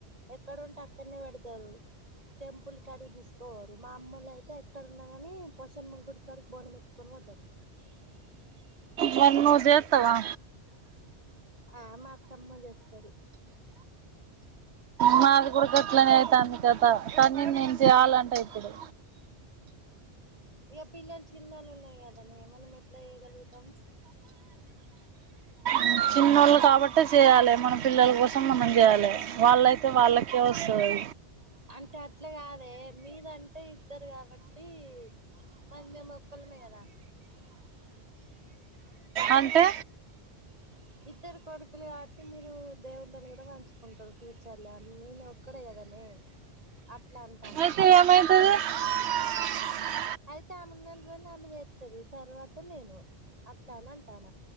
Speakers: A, on the right; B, on the right.
A: ఎక్కడుంటే అక్కడ్నే పెడతారు. టెంపుల్ కాడిగి దిస్కబోరు మా అమ్మోలైతే ఎక్కడున్నా గాని పోషమ్మ గుడికాడికి బోనం ఎత్తుకొని బోతారు.
B: నన్నూ జేత్తవా.
A: ఆ మాతమ్మ జేస్తాది.
B: మాది గూడా గట్లనే అయితాంది కథా, కానీ నేను జేయాలంటా ఈప్పుడూ
A: ఇగ పిల్లల్. చిన్నాలు ఉన్నాయి గదనే మనం ఎట్లా ఎయ్యగలుగుతాం.?
B: ఊ చిన్నోళ్ళు కాబట్టే సేయాలె మన పిల్లల కోసం మనం జేయాలి వాళ్ళయితే వాళ్ళకే వస్తదది.
A: అంటే అట్లా గాదే మీదంటే ఇద్దరు గాబట్టి మరి మేము ఓ. క్కల్మే గదా.
B: అంటే.
A: ఇద్దరు కొడుకులు గాబట్టి మీరు దేవుళ్ళని గూడా పంచుకుంటారు ఫ్యూచర్ లో నేను ఒక్కడే కదనే అట్లా అంటానా.
B: అయితే <unintelligible>
A: అయి. తా ఆమూన్నన్నిరోలు అమ్మె జేత్తది తర్వాత నేను అట్లా అన్ అంటాన.